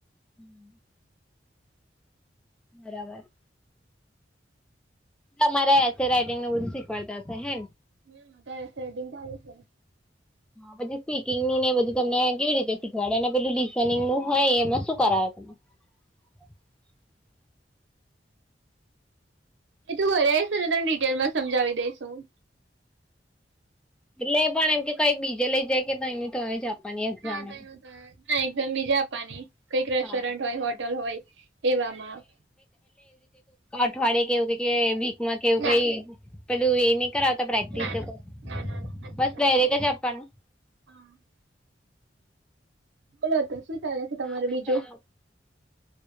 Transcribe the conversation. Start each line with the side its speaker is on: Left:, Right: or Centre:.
Centre: હમ્મ. બરાબર. તમારે એસે રાઈટિંગને એવુ બધું શીખવાડતા હશે હે ને.
Right: એમ તારે રેકોર્ડિંગ ચાલુ છે?
Centre: પછી સ્પીકિંગ નું ને બધું તમને કેવી રીતે શીખવાડે ને પેલું લિસનિંગ નું હોય એમાં શું કરાવે. <unintelligible>
Right: એ તું ઘરે આઈશ ને તો તને ડિટેલમાં સમજાવી દઈશ હું.
Centre: એટલે એ પણ એમ કે કઈક બીજે લઈ જાય કે તો જાપનની એકઝામ
Right: ના
Centre: ને.
Right: થયું તો ના એકઝામ બીજે આપવાની કઈક રેસ્ટોરન્ટ
Centre: હા.
Right: હોય હોટલ હોય એવામાં.
Centre: અઠવાડયે કેવું કે વીકમાં કેવું
Right: ના
Centre: કઈ પેલું એ ની ની કરાવતા પ્રેક્ટિસ
Right: ના
Centre: એવુ
Right: ના ના ના ના નથી
Centre: બસ
Right: કરાવતા
Centre: ડાયરેક્ટ જ આપવાનું.
Right: હા બોલો તો શું ચાલે છે તમારું
Centre: હા, બસ
Right: બીજું?
Centre: ચાલો